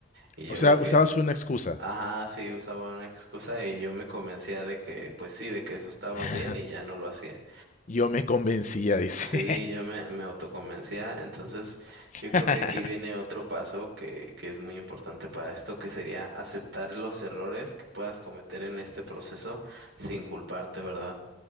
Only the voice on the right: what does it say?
Y yo
creo que,
ajá, sí, usaba una excusa y yo me convencía de que, pues sí, de que eso estaba
bien y ya no lo hacía.
Sí, yo me, me autoconvencía. Entonces,
yo creo que aquí viene otro paso que, que es muy importante para esto, que sería aceptar los errores que puedas cometer en este proceso sin culparte, ¿verdad?